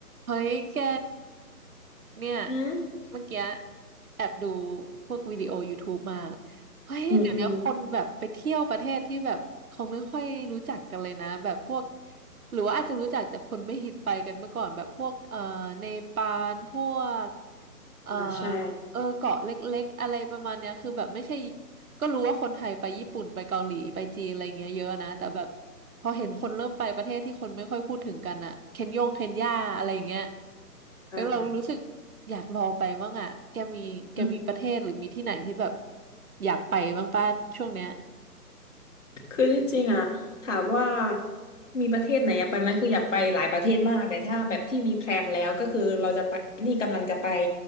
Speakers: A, on the right; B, on the left.
A: เฮ้ยแก เนี่ย
B: อืม
A: เมื่อกี้แอบดูพวกวิดีโอยูทูบมาเฮ้ยเดี๋ยวนี้คนแบบไปเที่ยวประเทศที่แบบเขาไม่ค่อยรู้จักกันเลยนะแบบพวก
B: อืมอืม
A: หรือว่าอาจจะรู้จักแต่คนไม่ฮิตไปกันเมื่อก่อนแบบพวกเอ่อเนปาลพวกเอ่อ
B: อ่าใช่
A: เออเกาะเล็กๆอะไรประมาณเนี้ยคือแบบไม่ใช่ก็รู้ว่าคนไทยไปญี่ปุ่นไปเกาหลีไปจีนอะไรอย่างเงี้ยเยอะนะแต่แบบ พอเห็นคนเริ่มไปประเทศที่คนไม่ค่อยพูดถึงกันอะเคนยงเคนยาอะไรอย่างเงี้ย
B: อ่า
A: แล้วเรารู้สึกอยากลองไปบ้างอะแกมีแกมีประเทศหรือมีที่ไหนที่แบบ
B: อืม
A: อยากไปบ้างป้าช่วงเนี้ย
B: คือจริงๆอ่ะถามว่ามีประเทศไหนอยากไปไหมคืออยากไปหลายประเทศมากแต่ถ้าแบบที่มีแพลนแล้วก็คือเราจะไปนี่กำลังจะไป